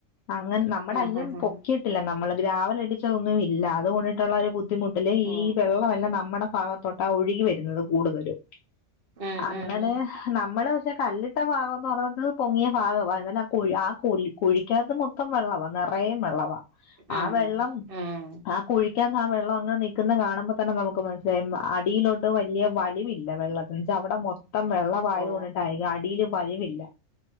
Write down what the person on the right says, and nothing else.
ഉം
ഉം ഉം
ഓ
ഉം
ഉം
ഉം
ഉം
ഓ